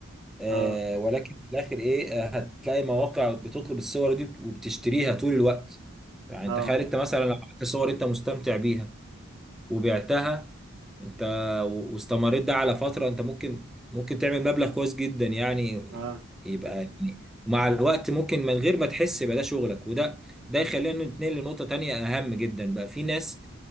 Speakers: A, in the centre; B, on the right.
A: آه،
B: اه
A: ولكن في الآخر إيه آه، هتلاقي مواقع بتطلب الصور دي وبتشتريها طول الوقت يعني
B: اه
A: تخيل أنت مثلا لو عملت صور أنت مستمتع بيها وبعتها انت و- واستمريت ده على فترة انت ممكن ممكن تعمل مبلغ كويس جدا يعني
B: اه
A: يبقى يعني ومع الوقت ممكن من غير ما تحس يبقى ده شغلك وده ده يخلينا نتنقل لنقطة تانية أهم جدا بقى في ناس